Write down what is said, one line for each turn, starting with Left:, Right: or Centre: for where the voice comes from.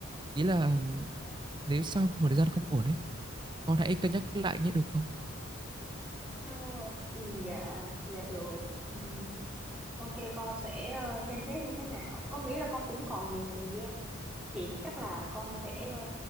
Right: Ý là ừ, nếu sau một thời gian không ổn ấy, con hãy cân nhắc lại nhé được không?
Centre: Ờ, ừ, dạ dạ được ừ, Ok con sẽ ờ, xem xét như thế nào. Con nghĩ là con cũng còn nhiều thời gian á. Thì chắc là con sẽ ờ,